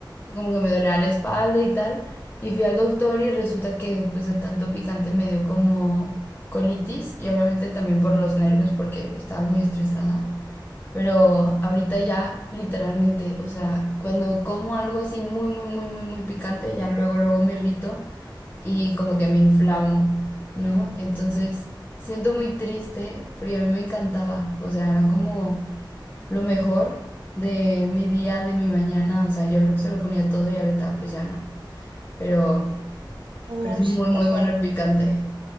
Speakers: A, on the left; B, on the right.
A: como que me dolía la espalda y tal. Y fui al doctor y resulta que pues de tanto picante me dio como colitis y obviamente también por los nervios porque estaba muy estresada. Pero ahorita ya, literalmente, o sea, cuando como algo así muy, muy, muy, muy, muy picante, ya luego, luego me irrito y como que me inflamo, ¿no? Entonces, siento muy triste porque a mí me encantaba, o sea, era como lo mejor de mi día, de mi mañana, o sea, yo se lo ponía todo y ahorita pues ya no. Pero,
B: uy,
A: pero es muy,
B: o
A: muy
B: sea.
A: bueno el picante.